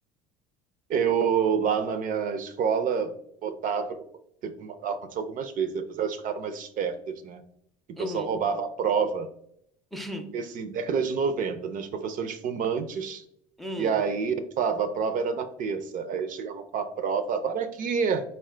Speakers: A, on the right (about 50°); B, in the centre.
A: Eu, lá na minha escola, botava. Teve uma- aconteceu algumas vezes, depois elas ficaram mais espertas, né? Que o
B: Uhum.
A: pessoal roubava a prova.
B: <laughs>
A: Porque, assim, década de 90 né? Os professores fumantes,
B: Hum,
A: e aí falava, a prova era na terça. Aí eles chegavam com a prova, falavam, olha aqui!